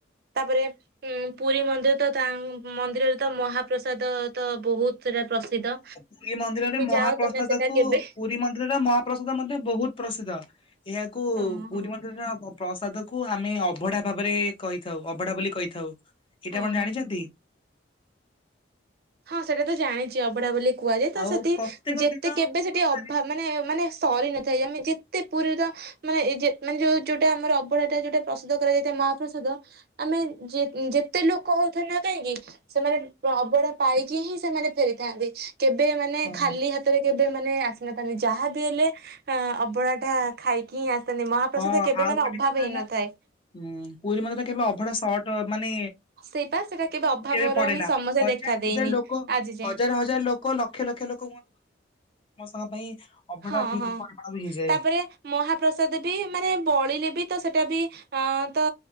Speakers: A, on the right (about 55°); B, on the left (about 30°).
A: ତାପରେ ଉଁ ପୁରୀ ମନ୍ଦିର ତ ତା ମନ୍ଦିରରେ ତ ମହାପ୍ରସାଦ ତ ବହୁତ୍ ପ୍ରସିଦ୍ଧ।
B: ଶ୍ରୀ ମନ୍ଦିରରେ ମହାପ୍ରସାଦ
A: ଯାଅ ତମେ ସେଟା
B: କୁ
A: କେବେ
B: ପୁରୀ ମନ୍ଦିରର ମହାପ୍ରସାଦ ମଧ୍ୟ ବହୁତ୍ ପ୍ରସିଦ୍ଧ। ଏହାକୁ
A: ହଁ ହଁ
B: ପୁରୀ ମନ୍ଦିରର ଅ ପ୍ରସାଦ କୁ ଆମେ ଅବଢା ଭାବରେ କହିଥାଉ ଅବଢା ବୋଲି କହିଥାଉ ଏଇଟା
A: ହଁ।
B: ଆପଣ ଜାଣିଛନ୍ତି?
A: ହଁ ସେଟା ତ ଜାଣିଛି ଅଭଢା ବୋଲି କୁହାଯାଏ ତ
B: ଆଉ
A: ସେଠି
B: ପ୍ରତ୍ୟେକ
A: ଯେତେ
B: ଦିନ
A: କେବେ
B: ମୋ
A: ସେଠି
B: ମତରେ
A: ଅଭାବ ମାନେ ମାନେ ସରି ନଥାଏ ଆମେ ଯେତେ ପୁରୀର ମାନେ ଏଯେ ମାନେ ଯୋଉ ଯୋଉଟା ଆମର ଅବଢାଟା ଯୋଉଟା ପ୍ରସାଦ କରାଯାଇଥାଏ ମହାପ୍ରସାଦ ଆମେ ଯେ ଯେତେ ଲୋକ ହଉଥିନେ କାହିଁକି ସେମାନେ ଅବଢା ପାଇକି ହିଁ ସେମାନେ ଫେରିଥାନ୍ତି କେବେ ମାନେ
B: ହଁ
A: ଖାଲି ହାତରେ କେବେ ମାନେ ମାନେ ଆସିନଥାନ୍ତି ଯାହା ବିି ହେଲେ ଅବଢା ଟା ଖାଇକି ହିଁ ଆସିଥାନ୍ତି ମହାପ୍ରସାଦ
B: ହଁ
A: କେବେ
B: ଆଉ
A: ମାନେ
B: ଗୋଟେ
A: ଅଭାବ
B: କଥା ହେଲା
A: ହେଇନଥାଏ।
B: ହୁଁ ପୁରୀ ମନ୍ଦିରେ କେବେ ଅଭଢା ସଟ୍ ଟ ମାନେ
A: ସେଇପା ସେଟା ଅଭାବର
B: କେବେ ପଡେନା
A: ହିଁ ସମସ୍ୟା
B: ହଜାର
A: ଦେଖା ଦେଇନି
B: ହଜାର ଲୋକ
A: ଆଜି ଯାଏଁ
B: ହଜାର ହ ହଜାରେ ଲୋକ ଲକ୍ଷ ଲକ୍ଷ ଲୋକ ହୁଅନ୍ତୁ ସମସ୍ତଙ୍କ ପାଇଁ ଅଭଢା
A: ହଁ
B: ଠିକ
A: ହଁ
B: ପରିମାଣରେ ହେଇଯାଏ
A: ତାପରେ ମହାପ୍ରସାଦ ବି ମାନେ ବଳିଲେ ବି ତ ସେଟା ବି ଅଁ ତ